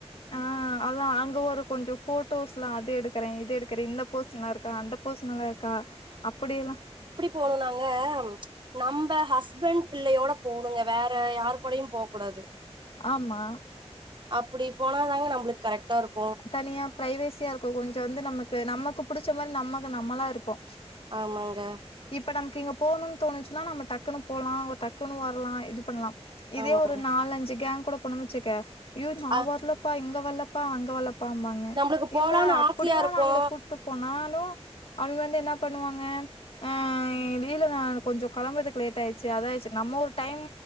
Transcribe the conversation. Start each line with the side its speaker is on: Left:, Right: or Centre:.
Left: ஆ அதா அங்க ஒரு கொஞ்சோ ஃபோட்டோஸ்லா அது எடுக்குறே இது எடுக்குறே இந்த போஸ் நல்லா இருக்கா அந்தப் போஸ் நல்லாயிருக்கா அப்பிடியெல்லா
Right: போகலாங்க நம்ப ஹஸ்பண்ட் பிள்ளையோட போனோங்க வேற யார் கூடையு போ கூடாது
Left: ஆமா
Right: அப்டி போனாதாங்க நம்மளுக்கு கரெக்டா இருக்
Left: தனியா பிரைவேசியா இருக்கு கொஞ்ச வந்து நமக்கு நமக்கு புடிச்ச மாரி நமக்கு நம்மளா இருப்போ
Right: ஆமாங்க
Left: இப்போ நமக்கு இங்க போணும்னு தோணுச்சுன்னா நம்ம டக்குன்னு போலா ஒ டக்குன்னு வர்லா இது பண்லா இதே
Right: ஆமாங்க
Left: ஒரு நாலஞ்சு கேங் கூட போனோ வெச்சிக்க ஏய் நா
Right: அ
Left: வர்லப்பா இங்க வர்லப்பா அங்க வர்லப் பாம்பாங்க
Right: நம்மளுக்கு போலான்னு
Left: இல்ல அப்படியு
Right: ஆசையா இருக்கு
Left: நாங்கள கூட்டு போனாலு அவங்க வந்து என்ன பண்ணுவாங்க ஆ திடீனு நா கொஞ்சோ கழம்பறதுக்கு லேட் ஆயிச்சு அது ஆய்ச்சு நம்ம ஒரு டைம்